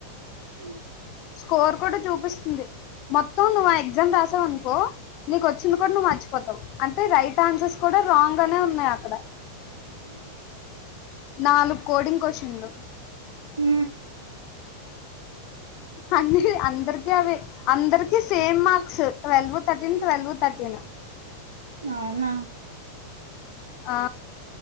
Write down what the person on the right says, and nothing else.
హు
ఊ
అవునా